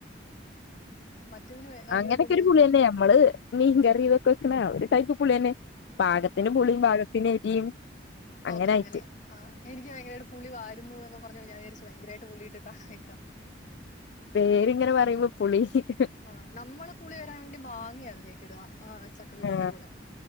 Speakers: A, on the left; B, on the left.
A: മറ്റേതിന് ഭയങ്കര
B: അങ്ങനൊക്കെ
A: പുളിയായിരുന്നു
B: ഒരു പുളി തന്നെ നമ്മള് മീൻകറി ഇതൊക്കെ വെക്കണ ഒരു ടൈപ്പ് പുളി തന്നെ പാകത്തിന്പുളിയും
A: ആ
B: പാകത്തിന് <inaudible> അങ്ങനായിട്ട്
A: ഓക്കെ അങ്ങനെ ആ എനിക്ക് പുളിയിരുന്നു എന്നൊക്കെ പറഞ്ഞ ഞാൻവിചാരിച്ചു ഭയങ്കരമായിട്ട് പുളിയിട്ട് കറി
B: പേരിങ്ങനെ പറയുമ്പോ- പുളി <inaudible>
A: ആ നമ്മള് പുളി വരാൻ വേണ്ടി മാങ്ങിയ അതിലേക്ക് ഇടുക ആ ചക്കക്കുരുവിന്റെ
B: ആ
A: കൂടെ